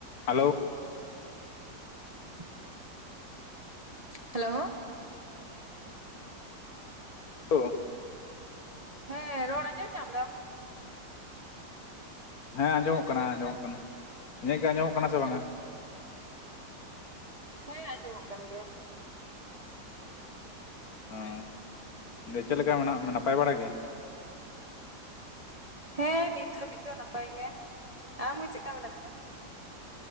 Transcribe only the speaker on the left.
hello
ᱳ
ᱦᱮᱸ ᱟᱸᱡᱚᱢᱚᱜ ᱠᱟᱱᱟ ᱟᱸᱡᱚᱢᱚᱜ ᱠᱟᱱᱟ ᱤᱧᱟᱹᱜ ᱜᱮ ᱟᱸᱡᱚᱢᱚᱜ ᱠᱟᱱᱟ ᱥᱮ ᱵᱟᱝᱼᱟ
ᱚ ᱪᱮᱫ ᱞᱮᱠᱟ ᱢᱮᱱᱟᱜ ᱱᱟᱯᱟᱭ ᱵᱟᱲᱟ ᱜᱮ